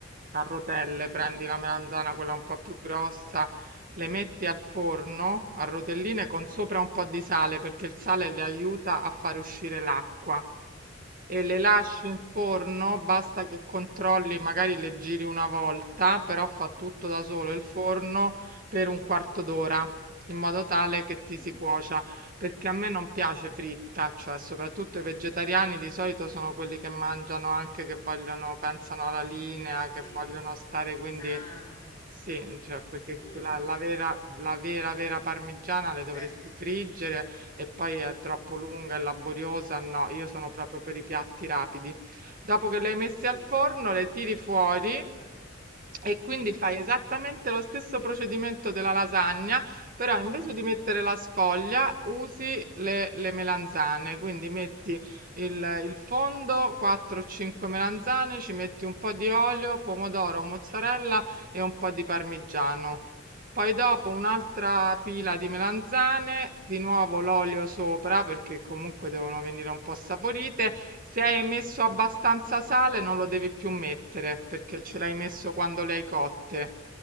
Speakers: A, on the right; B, on the left.
A: a rotelle,
B: mm,
A: prendi la melanzana, quella un po' più grossa, le metti al forno a rotelline con sopra un po' di sale perché il sale le aiuta a far uscire l'acqua e
B: Sì.
A: le lasci in forno, basta che controlli, magari le giri una volta, però fa tutto da solo
B: mm,
A: il forno per un quarto d'ora in modo tale che ti
B: mm,
A: si cuocia, perché a me non piace fritta, cioè soprattutto i vegetariani di solito sono quelli che mangiano anche che vogliono, pensano alla linea,
B: Sì.
A: che vogliono stare quindi
B: Sano.
A: sì, cioè, perché
B: mm,
A: la, la vera, la vera, vera parmigiana le dovresti
B: eh,
A: friggere e poi è troppo
B: mm,
A: lunga e laboriosa. No, io sono proprio per i piatti rapidi. Dopo che le hai messe
B: Sì.
A: al forno, le tiri fuori
B: eh,
A: e quindi
B: mhm,
A: fai esattamente lo stesso procedimento della lasagna, però invece di mettere la sfoglia usi le, le melanzane. Quindi metti il, il fondo, 4-5 melanzane, ci metti un po' di olio, pomodoro, mozzarella e un po' di parmigiano. Poi dopo un'altra pila di melanzane, di nuovo l'olio sopra perché comunque devono venire un po' saporite. Se hai messo abbastanza sale non lo devi più mettere perché ce l'hai messo quando le hai cotte.